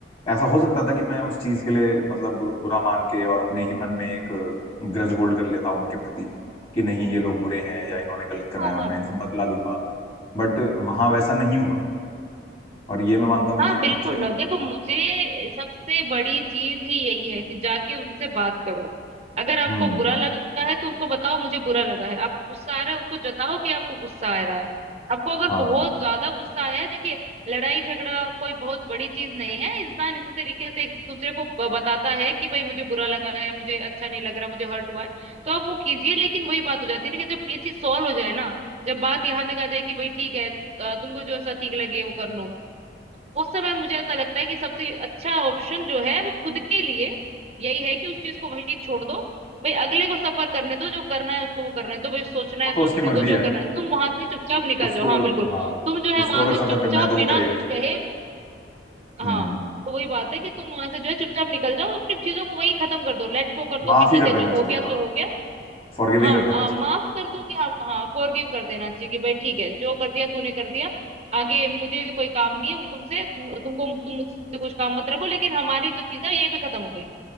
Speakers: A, on the left; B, on the right.
A: ऐसा हो सकता था कि मैं उस चीज के लिए मतलब बुरा मान के और अपने ही मन में एक ग्रज होल्ड कर लेता उनके प्रति कि नहीं ये लोग बुरे हैं या इन्होंने गलत करा
B: हाँ
A: है और
B: हाँ
A: मैं इनसे बदला लूंगा बट वहां वैसा नहीं हुआ और ये मैं मानता हूँ
B: हाँ
A: कि ये
B: बिल्कुल
A: अच्छा ही
B: और
A: हुआ
B: देखो मुझे
A: हाँ
B: सबसे बड़ी चीज ही यही है कि जाके उनसे बात करो अगर आपको
A: हम्म
B: बुरा लगा है तो उनको बताओ मुझे बुरा लगा है आपको गुस्सा आ रहा है उनको जताओ कि आपको गुस्सा आ रहा है आपको अगर
A: हाँ
B: बहुत ज्यादा गुस्सा आया है देखिए लड़ाई झगड़ा कोई बहुत बड़ी चीज नहीं है इंसान इसी तरीके से एक दूसरे को ब- बताता है कि भाई मुझे बुरा लगा है मुझे अच्छा नहीं लग रहा मुझे हर्ट हुआ है तो आप वो कीजिए लेकिन वही बात हो जाती है ना कि जब ये चीज सॉल्व हो जाए ना जब बात यहाँ तक आ जाए कि भाई ठीक है अ, तुमको जो ऐसा ठीक लगे वो कर लो उस समय मुझे ऐसा लगता है कि सबसे अच्छा ऑप्शन जो है वो खुद के लिए यही है कि उस चीज को वही छोड़ दो भाई अगले को सफर करने दो जो करना है उसको वो करने दो भाई सोचना
A: वो
B: है
A: तो
B: सोचने
A: उसकी मर्जी
B: दो
A: है
B: जो करना है तुम वहां से चुपचाप निकल
A: उसको
B: जाओ हाँ बिल्कुल
A: हाँ
B: तुम जो है
A: उसको
B: वहां
A: अगर
B: से चुपचाप
A: सफर करना है तो
B: बिना
A: वो करेगा
B: कुछ
A: ही
B: कहे हाँ
A: हम्म
B: तो वही बात है कि तुम वहां से जो है चुपचाप निकल जाओ अपनी चीजों को वही खत्म कर दो लेट गो कर दो
A: माफ
B: कि
A: ही
B: ठीक
A: कर
B: है
A: देना
B: जो
A: चाहिए
B: हो गया सो
A: हाँ
B: हो गया
A: फॉरगिव
B: हाँ
A: ही कर देना
B: हाँ,
A: चाहिए
B: माफ कर दो कि हाँ हाँ फॉरगिव कर देना चाहिए कि भाई ठीक है जो कर दिया तूने कर दिया आगे मुझे कोई काम नहीं है वो तुमसे तुम, तुमको तुम मुझसे कुछ काम मत रखो लेकिन हमारी जो चीज है यहीं पे खत्म हो गई